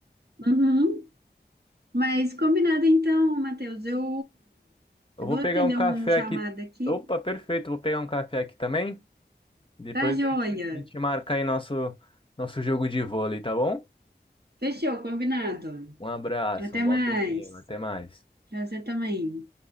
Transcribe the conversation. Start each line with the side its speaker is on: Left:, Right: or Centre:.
Right: Uhum. Mas combinado então, Matheus. Eu,
Left: Eu
Right: eu
Left: vou
Right: vou
Left: pegar
Right: atender
Left: um café
Right: um chamado
Left: aqui.
Right: aqui.
Left: Opa, perfeito. Vou pegar um café aqui também. Depois
Right: Tá joia.
Left: a gente, a gente marca aí nosso, nosso jogo de vôlei, tá bom?
Right: Fechou, combinado.
Left: Um abraço,
Right: Até
Left: um bom
Right: mais.
Left: domingo. Até mais.
Right: Pra Você também.